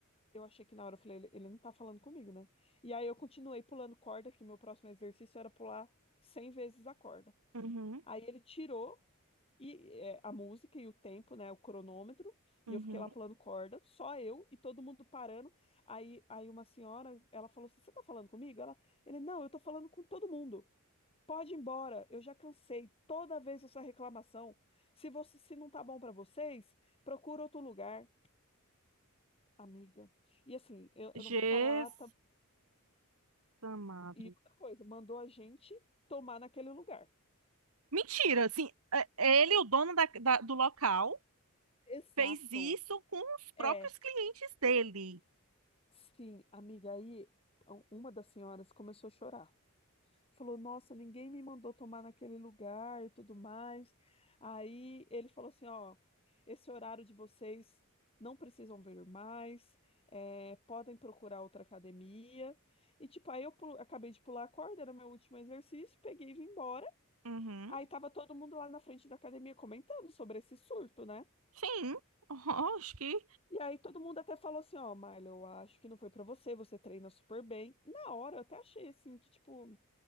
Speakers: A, on the left; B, on the right.
A: eu achei que na hora eu falei, ele ele não tá falando comigo, né? E aí eu continuei pulando corda, que meu próximo exercício era pular 100 vezes a corda.
B: Uhum,
A: Aí ele tirou e é, a música e o tempo, né, o cronômetro, e
B: uhum.
A: eu fiquei lá pulando corda, só eu e todo mundo parando. Aí, aí uma senhora, ela falou assim: "Você tá falando comigo?" Ela, ele, não, eu tô falando com todo mundo. Pode ir embora, eu já cansei toda vez essa reclamação. Se você, se não tá bom para vocês, procura outro lugar, amiga. E assim, eu, eu
B: Jesus
A: não vou falar, tá-
B: amado.
A: E outra coisa, mandou a gente tomar naquele lugar.
B: Mentira, assim, é- é ele, o dono da- da- do local,
A: Exato.
B: fez isso com os
A: É,
B: próprios clientes dele.
A: sim, amiga, aí um- uma das senhoras começou a chorar. Falou, nossa, ninguém me mandou tomar naquele lugar e tudo mais. Aí ele falou assim: ó, esse horário de vocês não precisam vir mais, é, podem procurar outra academia. E tipo, aí eu pu- acabei de pular a corda, era meu último exercício, peguei e vim embora.
B: Uhum.
A: Aí tava todo mundo lá na frente da academia comentando sobre esse surto, né?
B: Sim, <laughs> acho que.
A: E aí todo mundo até falou assim: ó, Marla, eu acho que não foi pra você, você treina super bem. Na hora eu até achei assim que, tipo,